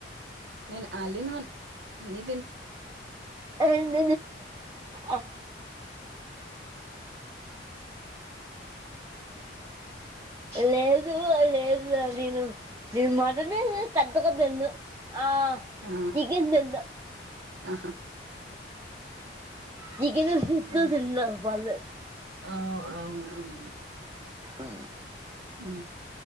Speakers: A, on the right (about 75°); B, on the right (about 15°).
A: నేను అల్ ఇన్ వన్ అన్నీ
B: రన్న ఆ లేదు లేదు నేను నీ మాటనే పెద్ద కొద్ద్ద ఎందు ఆ
A: ఆ
B: చికెన్ తింనదు
A: ఆహా
B: నక ఫత
A: ఆ
B: పాల
A: ఆ అవును అవునులే
B: ఆ
A: ఉ